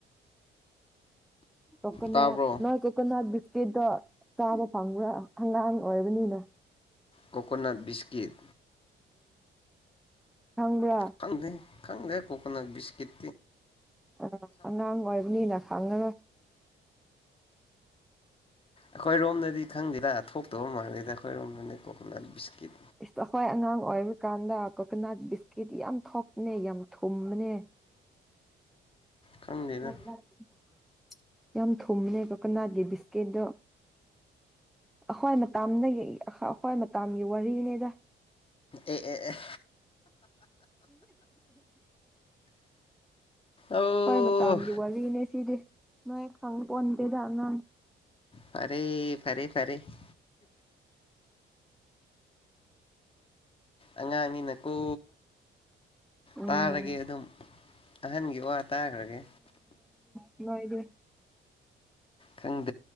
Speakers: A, in the centre; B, on the left.
A: ꯀꯀꯅꯥ
B: ꯇꯥꯕ꯭ꯔꯣ
A: ꯅꯣꯏ ꯀꯣꯀꯅꯥꯠ ꯀꯦꯗ ꯆꯥꯕ ꯐꯪ꯭ꯔ ꯑꯉꯥꯡ ꯑꯣꯏꯕꯅꯤꯅ
B: ꯀꯣꯀꯣꯅꯥꯠ ꯕꯤꯁꯀꯤꯠ
A: ꯎꯝ ꯈꯪꯕ꯭ꯔꯥ
B: ꯈꯪꯗꯦ ꯈꯪꯗꯦ ꯀꯣꯀꯣꯅꯥꯠ ꯁꯀꯤꯠ
A: ꯑꯥ ꯑꯉꯥꯡ ꯑꯣꯏꯕꯅꯤꯅ ꯈꯪꯅꯅꯕ
B: ꯑꯩꯈꯣꯏ ꯔꯣꯝꯗꯗꯤ ꯏ ꯈꯪꯗꯤꯗꯥ ꯊꯣꯛꯇꯧ ꯃꯥꯜꯂꯦꯗ ꯑꯩꯈꯣꯏꯔꯣꯝꯅꯤ ꯀꯣꯀꯣꯅꯠ ꯕꯤꯁꯀꯤꯠ
A: ꯑꯩꯈꯣꯏ ꯑꯉꯥꯡ ꯑꯣꯏꯔꯤꯀꯥꯟꯗ ꯀꯣꯀꯣꯅꯠ ꯕꯤꯁꯀꯤꯠ ꯌꯥꯝ ꯊꯣꯛꯄꯅꯦ ꯌꯥꯝ ꯊꯨꯝꯅꯦ
B: ꯈꯪꯗꯦꯗ
A: <inaudible> ꯌꯥꯝ ꯊꯨꯝꯕꯅꯦꯕ ꯀꯅꯥꯠꯀꯤ ꯕꯤꯁꯀꯤꯦꯠꯇꯠꯇꯣ ꯑꯩꯈ꯭ꯋꯥꯏ ꯃꯇꯥꯝ ꯑꯩꯈ꯭ꯋꯥꯏ ꯃꯇꯥꯝꯒꯤ ꯋꯥꯔꯤꯅꯦꯗ <inaudible>
B: ꯑꯦ ꯑꯦ ꯑꯦ ꯑꯧ
A: ꯍꯣꯏ ꯃ ꯇꯝꯒꯤꯦ ꯋꯥꯂꯤꯅꯦ ꯁꯤꯗꯤ ꯅ ꯈꯥꯎ ꯄꯟꯗꯦꯗꯅ
B: ꯐꯔꯦ ꯐꯔꯦ ꯐꯔꯦ <inaudible> ꯑꯉꯥꯡꯉꯤꯅꯀꯣ
A: ꯎꯝ
B: ꯇꯥꯔꯒꯦ ꯑꯗꯨꯝ ꯑꯍꯟꯒꯤ ꯋꯥ ꯇꯥꯈ꯭ꯔꯒꯦ
A: ꯂ ꯏꯗ
B: ꯀꯪ